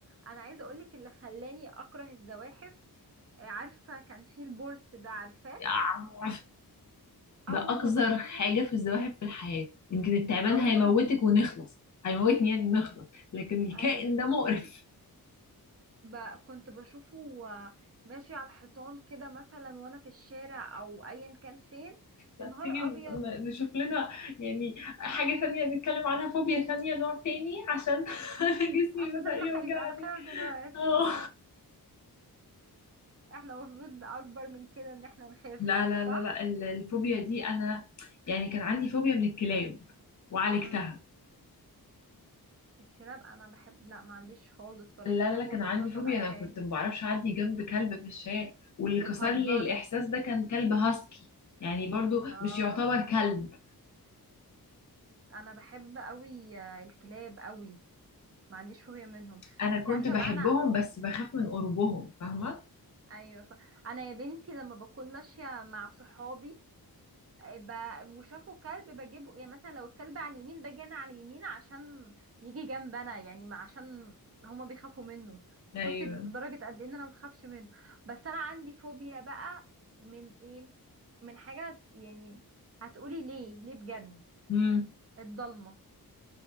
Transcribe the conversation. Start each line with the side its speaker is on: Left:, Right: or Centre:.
Right: انا عايزة اقولك اللي خلاني اكره الزواحف عارفة كان في البورس ده عارفاه
Left: آه، ده
Right: أول
Left: اقذر
Right: ما بشوفه
Left: حاجه في الزواحف في الحياه يمكن التعبان
Right: أول
Left: هيموتك ونخلص هيموتني يعني نخلص لكن الكائن
Right: أيوة
Left: ده مقرف
Right: ب... كنت بشوفه و- ماشي على الحيطان كده مثلا وأنا في الشارع أو أيا كان فين
Left: ما
Right: يا نهار
Left: تيجي
Right: أبيض
Left: ن- نشوف لنا يعني حاجة تانية نتكلم عنها فوبيا تانية نوع تاني عشان <laughs> جسمي
Right: عشان
Left: بدأ
Right: احنا
Left: يوجعني
Right: خايف أنا خايف دلوقتي
Left: اه
Right: احنا المفروض أكبر من كده إن احنا نخاف
Left: لا لا
Right: صح؟
Left: لا لا ال- الفوبيا دي انا يعني كان عندي فوبيا من الكلاب وعالجتها
Right: مم. الكلاب أنا بحب لا ما عنديش خالص ولا
Left: لا
Right: كلاب
Left: لا لا، كان
Right: ولا
Left: عندي
Right: قطط
Left: فوبيا
Right: ولا أي
Left: انا
Right: حاجة
Left: كنت ما بعرفش اعدي جنب كلب في الشارع واللي
Right: بتهزري
Left: كسر لي الاحساس ده كان كلب هاسكي يعني برضو
Right: اه
Left: مش يعتبر كلب
Right: أنا بحب أوي الكلاب أوي ما عنديش فوبيا منهم
Left: انا
Right: انت
Left: كنت
Right: عارفه
Left: بحبهم
Right: بقى انا
Left: بس بخاف من قربهم فاهمة
Right: ايوه ف... انا يا بنتي لما بكون ماشيه مع صحابي آه، ب... وشافوا كلب بجيبه يعني مثلا لو الكلب على اليمين باجي انا على اليمين عشان يجي جنب انا يعني ما عشان هما بيخافوا منه
Left: ايوه
Right: شوفي درجه قد ايه ان انا ما بخافش منه بس انا عندي فوبيا بقى من ايه من حاجه يعني هتقولي ليه ليه بجد
Left: امم
Right: الضلمه